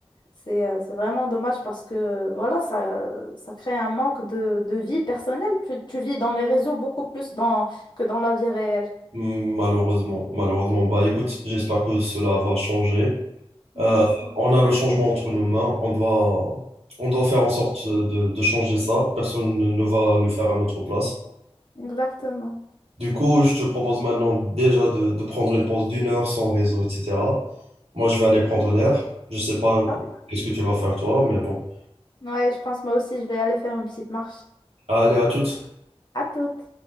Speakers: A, on the left; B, on the right.
A: C'est euh, c'est vraiment dommage parce que voilà, ça, ça crée un manque de, de vie personnelle. Tu, tu vis dans les réseaux beaucoup plus dans, que dans la vie réelle.
B: Malheureusement, malheureusement. Bah écoute, j'espère que cela va changer.
A: Moi
B: Euh,
A: aussi.
B: on a le changement entre nos mains. On doit, on doit faire en sorte de, de changer ça. Personne ne ne va le faire à notre place.
A: Exactement.
B: Du coup, je te propose maintenant déjà de, de prendre une pause d'une heure sans réseau, etc. Moi, je vais aller prendre l'air. Je sais pas qu-
A: Ok.
B: qu'est-ce que tu vas faire toi, mais bon.
A: Ouais, je pense moi aussi, je vais aller faire une petite marche.
B: Allez, à toutes.
A: À toute.